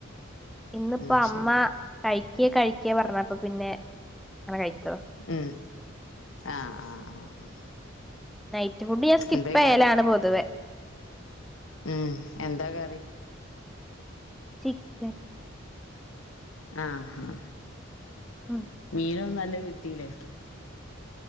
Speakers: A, in the centre; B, on the left.
A: ഇന്നിപ്പ
B: ഉം
A: അമ്മ
B: ശരി
A: കഴിക്കേ കഴിക്കേ പറഞ്ഞപ്പ പിന്നെ അങ്ങനെ കഴിച്ചതാ
B: ഉം ആഹ് ആഹ് ആഹ്
A: നൈറ്റ് ഫുഡ് ഞാൻ സ്കിപ്പ്
B: എന്തേ
A: ചെയ്യലാണ്
B: കറി
A: പൊതുവെ
B: ഉം എന്താ കറി
A: ചിക്കൻ
B: ആഹ് ആഹ്
A: ഉം
B: മീനൊന്നും നല്ല കിട്ടീല്ലേ